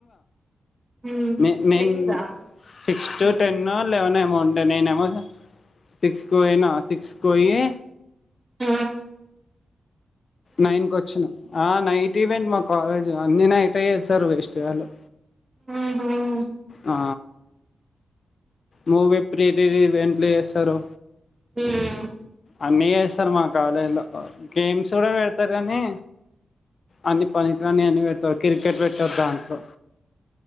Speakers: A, on the right; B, on the left.
A: హ్మ్.
B: మే నేన్
A: చేసిర్రా
B: సిక్స్ టు
A: హ్మ్.
B: టెన్నో లెవెనో ఏమో ఉన్ ట నేనేమో సిక్స్ కి పోయినా సిక్స్కు పోయి
A: ఆ
B: నైన్ కు వచ్చిన ఆ నైట్ ఈవెంట్ మా కాలేజ్ అన్ని నైటే చేస్తారు వేస్ట్ గాళ్ళు
A: మ్మ్ హ్మ్
B: ఆ మూవీ ప్రిరిలీవెంట్లు చేస్తరు
A: ఉమ్
B: అన్నీ చేస్తారు మా కాలేజ్ లో గేమ్స్ కూడా పెడతారు కానీ అన్ని పనికి రాని అన్ని పెడతారు క్రికెట్ పెట్టారు దాంట్లో